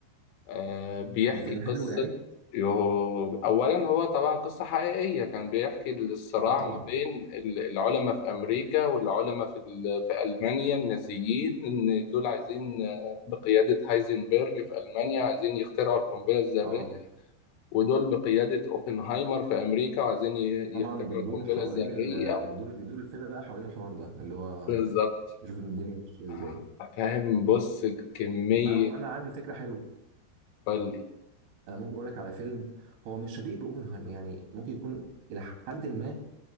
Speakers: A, on the left; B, on the right.
A: آه، بيحكي
B: فيلم
A: قصة
B: حلو يعني
A: يو- أولا هو طبعا قصة حقيقية كان بيحكي الصراع
B: اه طبعا
A: ما بين ال- العلماء في أمريكا والعلماء في ال- في ألمانيا النازيين إن دول عايزين آه، بقيادة هايزنبرج في ألمانيا عايزين يخترعوا القنبلة الذرية
B: اه
A: ودول بقيادة أوبنهايمر في أمريكا وعايزين ي-
B: طبعا
A: يخترعوا
B: بتدور
A: القنبلة
B: حوالين
A: الذرية
B: ال... بتدور بيدور الفيلم بقى حوالين الحوار ده اللي هو
A: بالظبط
B: نشوف الدنيا ماشيه ازاي
A: آه، فاهم بص كمية
B: طب ما هو انا عندي فكره حلوه
A: قولي
B: انا ممكن اقول لك على فيلم هو مش شبيه باوبنهايمر يعني ممكن يكون الى حد ما